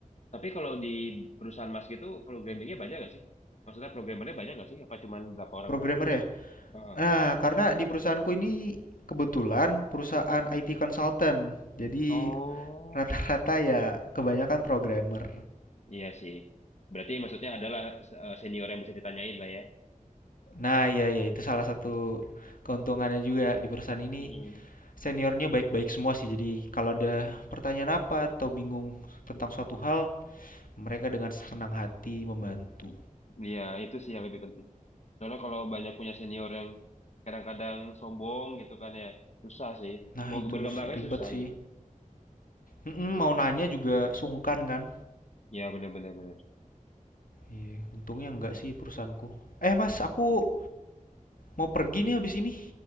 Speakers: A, on the left (about 55°); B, on the left (about 85°).
A: Tapi kalau di perusahaan Mas gitu programmingnya banyak nggak sih? Maksudnya programmernya banyak nggak sih? Apa cuman berapa orang
B: Programmer
A: doang?
B: ya?
A: Heeh.
B: Nah, karena di perusahaanku ini kebetulan perusahaan IT consultant. Jadi
A: Oh,
B: rata-rata ya kebanyakan programmer.
A: iya sih. Berarti maksudnya adalah eh, senior yang bisa ditanyain lah ya.
B: Nah, iya iya itu salah satu keuntungannya juga di perusahaan ini.
A: Mm-mm.
B: Seniornya baik-baik semua sih. Jadi kalau ada pertanyaan apa atau bingung tentang suatu hal, mereka dengan senang hati membantu.
A: Iya, itu sih yang lebih penting. Soalnya kalau banyak punya senior yang kadang-kadang sombong gitu kan ya, susah sih.
B: Nah,
A: Mau
B: itu
A: berkembangnya
B: s- ribet
A: susah
B: sih.
A: gitu.
B: Mm-mm,
A: Iya,
B: mau nanya juga sungkan kan?
A: iya benar-benar benar. benar,
B: Iya, untungnya enggak
A: benar.
B: sih perusahaanku. Eh, Mas, aku mau pergi nih habis ini.